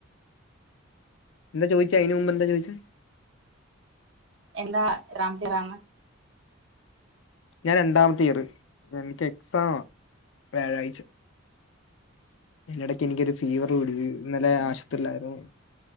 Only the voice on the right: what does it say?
എന്താ റാം തറാണ്.